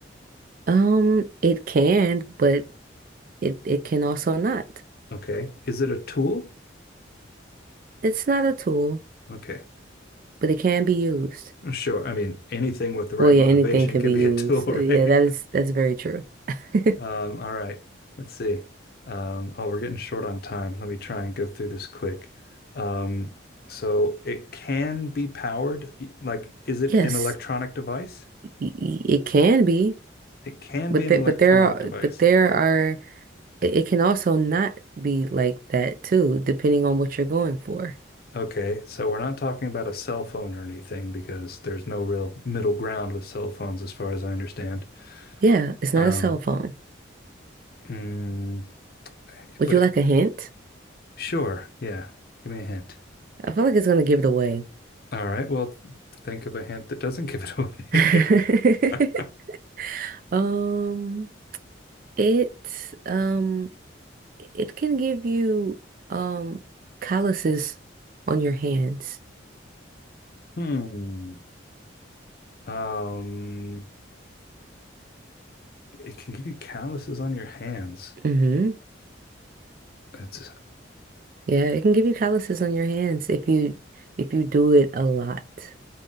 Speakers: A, on the right; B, on the left.
A: Um, it can, but it, it can also not.
B: Okay. Is it a tool?
A: It's not a tool,
B: Okay.
A: but it can be used.
B: Sure. I mean, anything with the right
A: Well, yeah,
B: motivation
A: anything can
B: can
A: be
B: be
A: used.
B: a tool, <laughs>
A: Uh, Yeah,
B: right?
A: that is that's very true. <laughs>
B: Um, all right, let's see. Um, oh, we're getting short on time. Let me try and go through this quick. Um, so it can be powered. Y- Like, is it
A: Yes,
B: an electronic device?
A: y- y- it can be,
B: It can
A: but
B: be an
A: th
B: electronic
A: but there are
B: device.
A: but there are it it can also not be like that too, depending on what you're going for.
B: Okay, so we're not talking about a cell phone or anything because there's no real middle ground with cell phones, as far as I understand.
A: Yeah, it's not
B: Um,
A: a cell phone.
B: mm,
A: Would
B: but
A: you
B: it,
A: like a hint?
B: sure, yeah. Give me a hint.
A: I feel like it's gonna give it away.
B: All right, well, think of a hint that doesn't give it away.
A: <laughs>
B: <laughs>
A: Um, it um it can give you um calluses on your hands.
B: Hmm. Um, it can give you calluses on your hands.
A: Mm-hmm.
B: It's,
A: Yeah, it can give you calluses on your hands if you if you do it a lot.